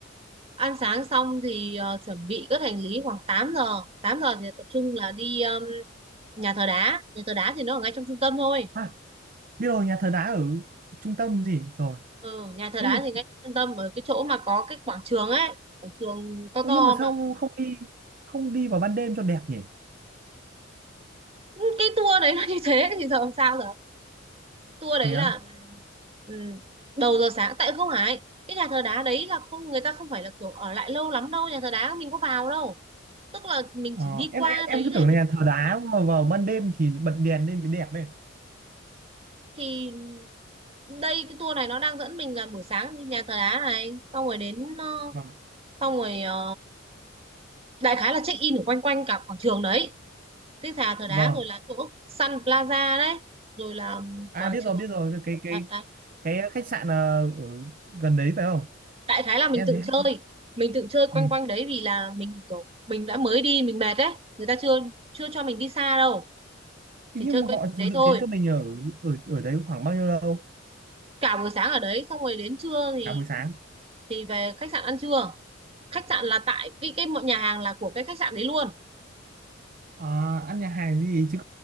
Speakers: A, on the right; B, on the right.
A: ăn sáng xong thì ờ, chuẩn bị cất hành lý khoảng 8 giờ tám giờ thì tập trung là đi um, nhà thờ đá nhà thờ đá thì nó ở ngay trong trung tâm thôi
B: à, biết rồi nhà thờ đá ở trung tâm gì rồi
A: ừ, nhà thờ
B: nhưng
A: đá
B: mà
A: thì ngay trong trung tâm ở cái chỗ mà có cái quảng trường ấy quảng trường to to
B: Ô, nhưng mà sao
A: mà
B: không đi không đi vào ban đêm cho đẹp nhỉ
A: Ừ, cái tour đấy nó <laughs> như thế thì giờ làm sao giờ tour
B: thế
A: đấy
B: á?
A: là ừ, đầu giờ sáng tại không phải cái nhà thờ đá đấy là không người ta không phải là kiểu ở lại lâu lắm đâu nhà thờ đá mình có vào đâu tức là mình
B: Ờ,
A: chỉ đi
B: em
A: qua
B: em em
A: đấy
B: cứ
A: để
B: tưởng
A: mình
B: là nhà thờ đá mà vào ban đêm thì bật đèn lên mới đẹp ấy
A: thì đây cái tour này nó đang dẫn mình là buổi sáng đi nhà thờ đá này xong rồi đến ờ,
B: vâng
A: xong rồi ờ, đại khái là check in ở quanh quanh cả quảng trường đấy cái nhà thờ đá
B: vâng
A: rồi là chỗ Sun Plaza đấy rồi là
B: à
A: quảng
B: biết
A: trường
B: rồi biết rồi cái cái
A: đấy, đấy.
B: cái khách sạn ờ, ở gần đấy phải không
A: đại khái là mình
B: em
A: tự
B: thấy hay.
A: chơi mình tự chơi quanh
B: ừ.
A: quanh đấy vì là mình kiểu mình đã mới đi mình mệt đấy người ta chưa chưa cho mình đi xa đâu
B: Thế
A: chỉ
B: nhưng
A: chơi
B: mà
A: quanh
B: họ
A: quanh
B: dự
A: đấy thôi
B: kiến cho mình ở ở ở đấy khoảng bao nhiêu lâu
A: cả buổi sáng ở đấy xong rồi đến trưa thì
B: cả buổi sáng
A: thì về khách sạn ăn trưa khách sạn là tại cái cái mọi nhà hàng là của cái khách sạn đấy luôn
B: Ờ, ăn nhà hàng gì chứ